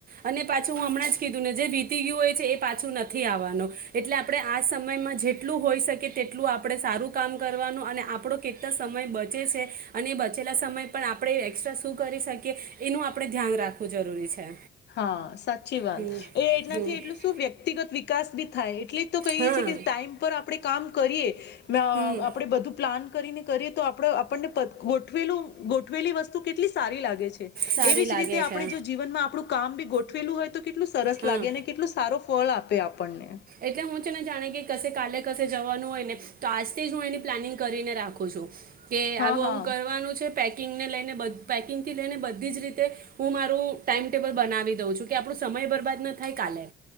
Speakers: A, on the right (about 45°); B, on the left (about 60°).
A: અને પાછું હું હમણાં જ કીધું ને જે વીતી ગયું હોય છે એ પાછું નથી આવવાનું, એટલે આપણે આ સમયમાં જેટલું હોઈ શકે તેટલું આપણે સારું કામ કરવાનું અને આપણો કેટલો સમય બચે છે. અને બચેલા સમયે પણ આપણે એસ્ટ્રા શું કરી શકીએ, એનું આપણે ધ્યાન રાખવું જરૂરી છે.
B: હા સાચી વાત,
A: હમ
B: એ એટનાથી
A: હમ
B: એટલું શું વ્યક્તિગત વિકાસ બી થાય. એટલી જ તો કહીએ
A: હા
B: છીએ કે ટાઈમ પર આપણે કામ કરીએ. મે આપણે
A: હમ
B: બધું પ્લાન કરીને કરીએ તો આપ આપણને ગોઠવેલું ગ ઉઠવેલી વસ્તુ કેટલી સારી લાગે છે,
A: સારી
B: એવી
A: લાગે
B: જ રીતે આપણે
A: છે
B: જો જીવનમાં આપણું આ બી ગોઠવેલું હોય તો કેટલું સરસ
A: હા
B: લાગે અને કેટલું સારો ફળ આપે આપણને
A: એટલે હું છે ને જાણે કે ક કાલે ક જવાનું હોય ને તો આજથી જ હું એની પ્લાનિંગ કરીને રાખું છું. કે
B: હા
A: આવું
B: હા
A: આવું કરવાનું છે પેકિંગને લઈને બધ પેકિંગ થી લઈને બધી જ રીતે હું મારું ટાઈમટેબલ બનાવી દઉં છું કે આપણું સમય બરબાદ ન થાય કાલે